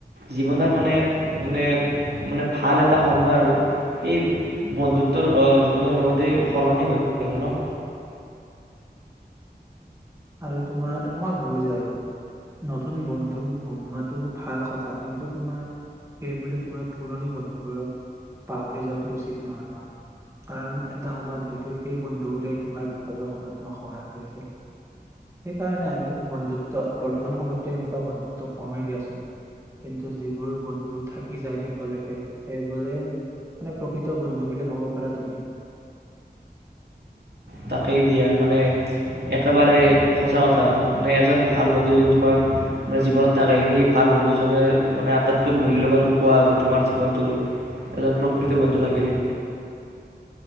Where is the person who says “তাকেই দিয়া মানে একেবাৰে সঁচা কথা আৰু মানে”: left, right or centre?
Right